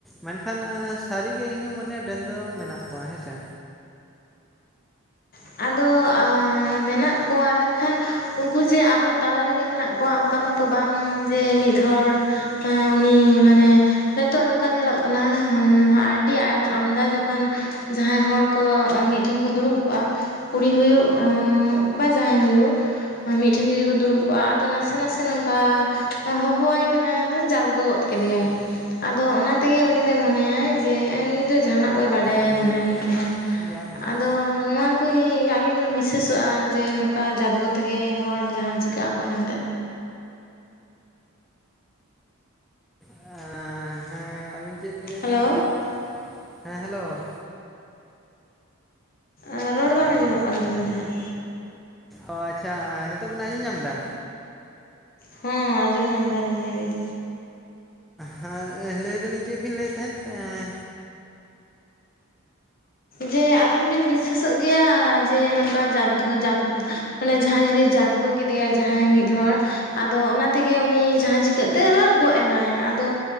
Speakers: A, in the centre; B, on the left.
A: ᱢᱮᱱᱠᱷᱟᱱ ᱥᱟᱹᱨᱤᱜᱮ ᱤᱧᱦᱚᱸ ᱢᱚᱱᱮᱭᱟ ᱰᱟᱹᱱ ᱫᱚ ᱢᱮᱱᱟᱜ ᱠᱚᱣᱟ ᱦᱮᱸᱥᱮ᱾
B: ᱟᱫᱚ ᱢᱮᱱᱟᱜ ᱠᱚᱣᱟ ᱢᱮᱱᱠᱷᱟᱱ ᱩᱱᱠᱩ ᱡᱮ ᱟᱵᱚ ᱛᱟᱞᱟ ᱨᱮᱜᱮ ᱢᱮᱱᱟᱜ ᱠᱚᱣᱟ ᱚᱝᱠᱟ ᱢᱟᱛᱚ ᱵᱟᱝ ᱡᱮ ᱢᱤᱫ ᱦᱚᱲ ᱩᱱᱤ ᱢᱟᱱᱮ ᱱᱤᱛᱚᱜ ᱱᱚᱝᱠᱟ ᱧᱮᱞᱚᱜ ᱠᱟᱱᱟ ᱟᱹᱰᱤ ᱟᱭ ᱟᱢᱫᱟ ᱡᱚᱠᱷᱚᱱ ᱡᱟᱦᱟᱸᱭ ᱦᱚᱲ ᱠᱚ ᱢᱤᱫᱴᱷᱮᱱ ᱠᱚ ᱫᱩᱲᱩᱵ ᱠᱚᱜᱼᱟ ᱠᱩᱲᱤ ᱦᱩᱭᱩᱜ ᱵᱟ ᱡᱟᱦᱟᱸᱟᱭ ᱦᱩᱭᱩᱜ, ᱢᱤᱫ ᱴᱷᱮᱱ ᱡᱩᱫᱤ ᱠᱚ ᱫᱩᱲᱩᱵ ᱠᱚᱜᱼᱟ ᱟᱫᱚ ᱱᱟᱥᱮ ᱱᱟᱥᱮ ᱱᱚᱝᱠᱟ ᱦᱚᱦᱚᱣᱟᱭ ᱠᱟᱱᱟᱭ ᱢᱮ ᱡᱟᱛ ᱜᱚᱜᱚᱫ ᱠᱮᱫ ᱭᱟᱭ
A: ᱟᱛᱤᱨᱮ
B: ᱟᱫᱚ ᱚᱱᱟ ᱛᱮᱜᱮ ᱩᱱᱤ ᱫᱚᱭ ᱢᱚᱱᱮᱭᱟᱭ ᱡᱮ ᱱᱩᱭ ᱫᱚ ᱡᱟᱦᱟᱸᱱᱟᱜ ᱠᱚᱭ ᱵᱟᱰᱟᱭᱟ
A: ᱦᱮᱸ
B: ᱢᱚᱱᱮ ᱦᱩᱭᱩᱜ ᱠᱟᱱᱟ।
A: ᱤᱧ ᱞᱟᱹᱭᱟᱢᱟᱹᱧ
B: ᱟᱫᱚ
A: ᱦᱟᱸᱜ᱾
B: ᱱᱚᱣᱟ ᱠᱤ ᱟᱵᱤᱱ ᱵᱤᱥᱟᱹᱮᱥᱚᱜᱼᱟ ᱡᱮ ᱱᱚᱝᱠᱟ ᱡᱟᱛᱜᱳ ᱛᱮᱜᱮ ᱦᱚᱲ ᱡᱟᱦᱟᱸ ᱪᱤᱠᱟᱹᱜ ᱟᱠᱚ ᱢᱮᱱᱛᱮᱜ?
A: ᱮᱸ ᱦᱮᱸ ᱟᱹᱵᱤᱱ ᱪᱮᱫ ᱵᱤᱱ ᱞᱟᱹᱭᱮᱫ
B: ᱦᱮᱞᱳ
A: ᱛᱟᱦᱮᱸᱫᱼᱟ ᱦᱮᱸ ᱦᱮᱞᱳ᱾
B: ᱟᱸ ᱨᱚᱲ ᱵᱟᱝ ᱟᱸᱡᱚᱢᱚᱜ ᱠᱟᱱ ᱛᱟᱵᱤᱱ ᱛᱟᱦᱮᱸᱜ᱾
A: ᱚ ᱟᱪᱪᱷᱟ ᱱᱤᱛᱚᱜ ᱵᱮᱱ ᱟᱸᱡᱚᱢ ᱧᱟᱢ ᱫᱟ?
B: ᱦᱚᱸ ᱟᱸᱡᱚᱢ ᱧᱟᱢ ᱫᱟᱞᱤᱧ ᱞᱟᱹᱭ ᱵᱤᱱ᱾
A: ᱦᱮᱸ ᱞᱟᱹᱭ ᱫᱟᱞᱤᱧ ᱪᱮᱫ ᱵᱤᱱ ᱞᱟᱹᱭᱮᱫ ᱛᱟᱦᱮᱸᱫ ᱮᱸ
B: ᱡᱮ ᱟᱹᱵᱤᱱ ᱵᱤᱱ ᱵᱤᱥᱟᱹᱥᱚᱜ ᱜᱮᱭᱟ ᱡᱮ ᱱᱚᱝᱠᱟ ᱡᱟᱫ ᱡᱟᱠ ᱢᱟᱱᱮ ᱡᱟᱦᱟᱸᱭ ᱡᱩᱫᱤ ᱡᱟᱛᱜᱚ ᱠᱮᱫᱮᱭᱟᱭ ᱡᱟᱦᱟᱸᱭ ᱢᱤᱫ ᱦᱚᱲ, ᱟᱫᱚ ᱚᱱᱟ ᱛᱮᱜᱮ ᱩᱱᱤ ᱡᱟᱦᱟᱸ ᱪᱤᱠᱟᱹᱜᱛᱮ ᱚᱱᱟ ᱜᱚᱡ ᱮᱱᱟᱭ ᱟᱫᱚ